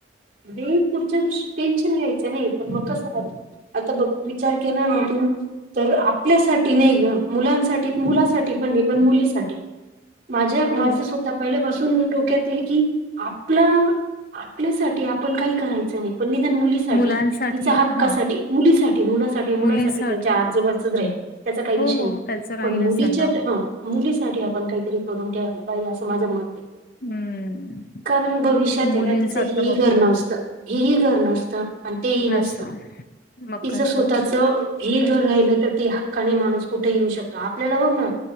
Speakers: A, on the right; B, on the left.
A: मी पुढच्या दृष्टी टेन्शन घ्यायचं नाही पण मग कसं राहत आता बघ विचार केला ना, तर आपल्यासाठी नाही ग मुलांसाठी मुलासाठी पण नाही, पण मुलीसाठी माझ्या
B: हो.
A: माझं स्वतः पहिल्यापासून डोक्यात आहे की आपलं आपल्यासा ठी आपण काही करायचं नाही, पण निदान मुली साठी
B: मुलांसाठी
A: तिच्या हक्कासाठी
B: हां.
A: मुलीसाठी, मुलासाठी मुलासाठी
B: मुलीसाठी
A: त्याच्या आजोबाचं राहील. त्याचा काही विषय
B: हो, हो
A: नाही,
B: त्याचं राहीलच
A: पण मुलीच्या
B: त्यांना.
A: हा मुलीसाठी आपण काहीतरी करून ठेवायला पाहिजे असं माझं मत आहे.
B: हम्म.
A: कारण भविष्यात आहे
B: मुलींचं
A: ना तिचं
B: आत्ता
A: ही हे ही
B: बघतोय
A: घर नसतं, हे ही घर नसतं आणि ते ही नसतं
B: नसं मग
A: तिचं
B: काय
A: स्वतः
B: तर
A: च हे घर राहिलं, तर ती हक्काने माणूस कुठे येऊ शकतो, आपल्याला बघ ना